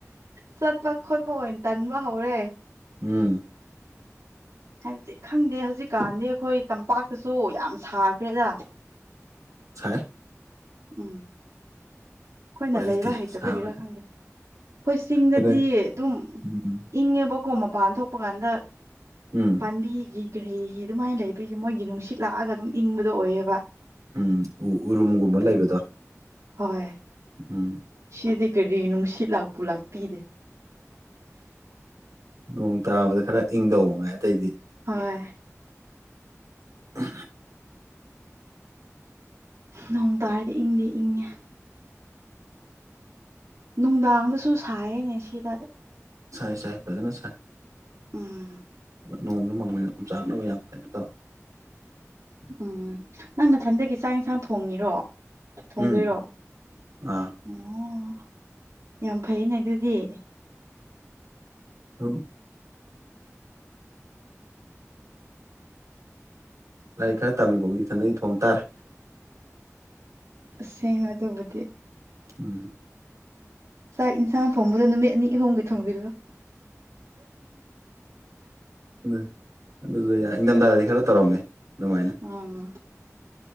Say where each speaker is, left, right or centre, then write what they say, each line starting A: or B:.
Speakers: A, on the right; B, on the right.
A: ꯆꯠꯄ ꯈꯣꯠꯄ ꯑꯣꯏꯅ ꯇꯟꯕ ꯍꯧꯔꯦ
B: ꯎꯝ
A: ꯍꯥꯏꯕꯗꯤ ꯈꯪꯗꯦ ꯍꯧꯖꯤꯛꯀꯥꯟꯗꯤ ꯑꯩꯈꯣꯏ ꯇꯝꯄꯥꯛꯇꯁꯨ ꯌꯥꯝ ꯁꯥꯈ꯭ꯔꯦꯗ
B: ꯁꯥꯏ
A: ꯎꯝ ꯈꯣꯏꯅ
B: ꯎꯄꯥꯏ ꯂꯩꯇꯦ
A: ꯂꯩꯕ ꯍꯩꯇꯕꯒꯤꯔꯥ
B: ꯁꯥꯕꯗꯤ
A: ꯈꯪꯗꯦ ꯈꯣꯏ ꯆꯤꯡꯗꯗꯤ
B: ꯑꯩꯅ
A: ꯑꯗꯨꯝ
B: ꯎꯝ
A: ꯏꯪꯉꯦꯕꯀꯣ ꯃꯄꯥꯟ ꯊꯣꯛꯄ ꯀꯥꯟꯗ
B: ꯎꯝ
A: ꯄꯥꯝꯕꯤꯒꯤ ꯀꯔꯤꯒꯤ ꯑꯗꯨꯃꯥꯏꯅ ꯂꯩꯕꯒꯤ ꯃꯣꯏꯒꯤ ꯅꯨꯡꯁꯤꯠ ꯂꯥꯛꯑꯒ ꯑꯗꯨꯝ ꯏꯪꯕꯗꯣ ꯑꯣꯏꯑꯦꯕ
B: ꯎꯝ ꯎ ꯎꯔꯨꯝꯒꯨꯝꯕ ꯂꯩꯕꯗꯣ
A: ꯍꯣꯏ
B: ꯎꯝ
A: ꯁꯤꯗꯤ ꯀꯔꯤ ꯅꯨꯡꯁꯤꯠ ꯂꯥꯛꯄꯨ ꯂꯥꯛꯄꯤꯗꯦ
B: ꯅꯣꯡ ꯇꯥꯕꯗ ꯈꯔ ꯏꯪꯗꯧꯕ ꯉꯥꯏ ꯑꯇꯩꯗꯤ
A: ꯍꯣꯏ
B: ꯑ
A: ꯅꯣꯡ ꯇꯥꯔꯗꯤ ꯏꯪꯗꯤ ꯏꯪꯉꯦ ꯅꯨꯡꯗꯥꯡꯗꯁꯨ ꯁꯥꯏꯌꯦꯅꯦ ꯁꯤꯗ
B: ꯁꯥꯏ ꯁꯥꯏ ꯐꯖꯅ ꯁꯥꯏ
A: ꯎꯝ
B: ꯅꯣꯡꯁꯨ ꯃꯡꯕꯅꯤꯅ ꯌꯨꯝꯆꯥꯛꯅꯕ ꯌꯥꯝ ꯀꯩꯅ ꯇꯧꯋꯤ
A: ꯎꯝ ꯅꯪ ꯅꯊꯟꯗꯒꯤ ꯆꯥꯛ ꯏꯟꯁꯥꯡ ꯊꯣꯡꯉꯤꯔꯣ ꯊꯣꯡꯗꯣꯏꯔꯣ
B: ꯎꯝ ꯑꯥ
A: ꯑꯣ ꯌꯥꯝ ꯐꯩꯅꯦ ꯑꯗꯨꯗꯤ
B: ꯑꯗꯨꯝ ꯂꯥꯏꯔꯤꯛ ꯈꯔ ꯇꯥꯝꯃꯤꯕꯧꯗꯤ ꯏꯊꯟꯇꯒꯤ ꯊꯣꯡ ꯇꯥꯔꯦ
A: ꯁꯦꯡꯉ ꯑꯗꯨꯕꯨꯗꯤ
B: ꯎꯝ
A: ꯆꯥꯛ ꯏꯟꯁꯥꯡ ꯊꯣꯡꯕꯗꯣ ꯅꯨꯃꯤꯠ ꯑꯅꯤ ꯑꯍꯨꯝꯒꯤ ꯊꯣꯡꯕꯤꯜꯂꯣ
B: ꯎꯝ ꯑꯗꯨꯗꯣ ꯌꯥꯏ ꯏꯪꯊꯝꯊꯥꯗꯗꯤ ꯈꯔ ꯇꯧꯔꯝꯃꯦ ꯑꯗꯨꯃꯥꯏꯅ
A: ꯎꯝ